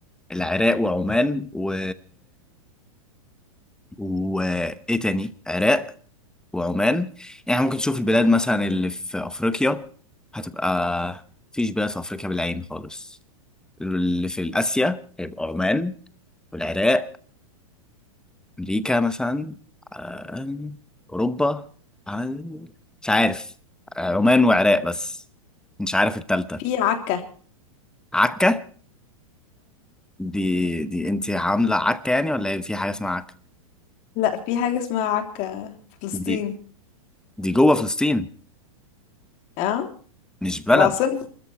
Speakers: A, in the centre; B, on the left.
A: العراق وعمان و وايه تاني عراق وعمان يعني ممكن تشوف البلاد مثلا اللي في افريقيا هتبقى مفيش بلاد في افريقيا بالعين خالص اللي في اسيا هيبقى عمان والعراق امريكا مثلا آم، اوروبا آم، مش عارف آه، عمان وعراق بس مش عارف التالتة
B: في عكا
A: عكا دي دي انت عامله عكه يعني ولا هي في حاجه اسمها عكه
B: لا في حاجة اسمها عكا في فلسطين
A: دي دي جوه فلسطين
B: اه
A: مش بلد
B: العاصمة